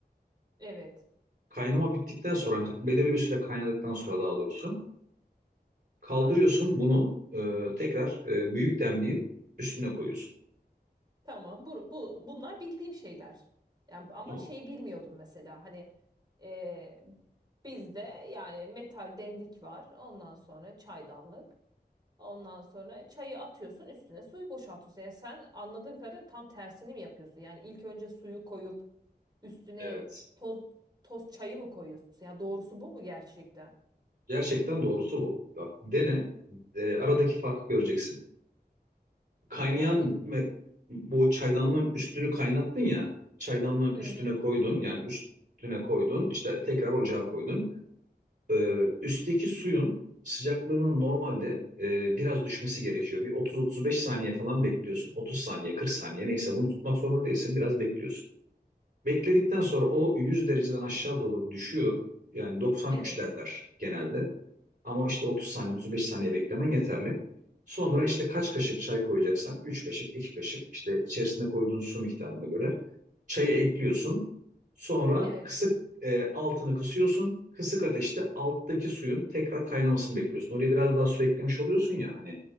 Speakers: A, on the right; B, on the right.
A: evet.
B: Kaynama bittikten sonra
A: Peki,
B: mesela belirli bir süre kaynadıktan sonra daha doğrusu Kaldırıyorsun bunu e, tekrar e, büyük demliğin üstüne koyuyorsun.
A: tamam. Bu, bu, bunlar bildiğim şeyler. Yani, ama
B: Tamam.
A: şey bilmiyordum mesela. Hani e, bizde yani metal demlik var. Ondan sonra çaydanlık. Ondan sonra çayı atıyorsun üstüne suyu boşaltıyorsun. Yani sen anladığım kadarıyla tam tersini mi yapıyorsun? Yani ilk önce suyu koyup üstüne
B: Evet.
A: toz toz çayı mı koyuyorsun? Ya doğrusu bu mu gerçekten?
B: Gerçekten doğrusu bu. Bak dene. e, aradaki farkı göreceksin. Kaynayan
A: Yani
B: me- bu çaydanlığın üstünü kaynattın ya. Çaydanlığın
A: hı
B: üstüne
A: hı.
B: koydun. Yani üstüne koydun. İşte tekrar ocağa koydun. E, üstteki suyun sıcaklığının normalde e, biraz düşmesi gerekiyor. Bir 30-35 saniye falan bekliyorsun. 30 saniye, 40 saniye neyse bunu tutmak zorunda değilsin. Biraz bekliyorsun. Bekledikten sonra o 100 dereceden aşağı doğru düşüyor. Yani 93
A: Evet.
B: derler genelde. Ama işte 30 saniye, 35 saniye beklemen yeterli. Sonra işte kaç kaşık çay koyacaksan 3 kaşık, 2 kaşık işte içerisine koyduğun su miktarına göre çayı ekliyorsun. Sonra
A: Evet,
B: kısık e, altını kısıyorsun. Kısık ateşte alttaki suyun tekrar kaynamasını bekliyorsun. Oraya biraz daha su eklemiş oluyorsun ya hani